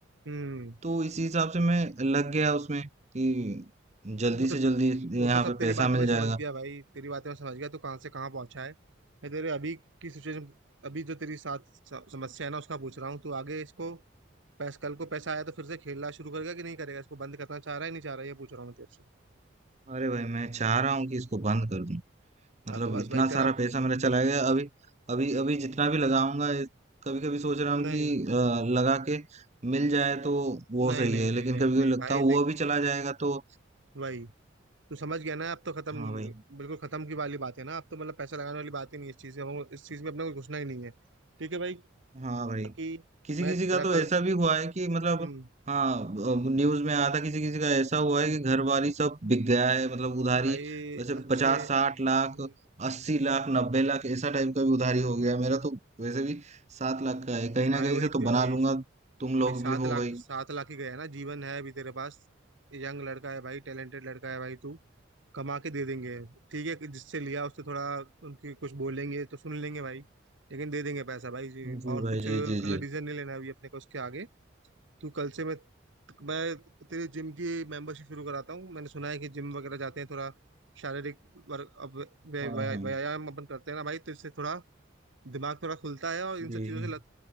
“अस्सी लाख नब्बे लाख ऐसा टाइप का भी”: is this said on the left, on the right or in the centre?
Right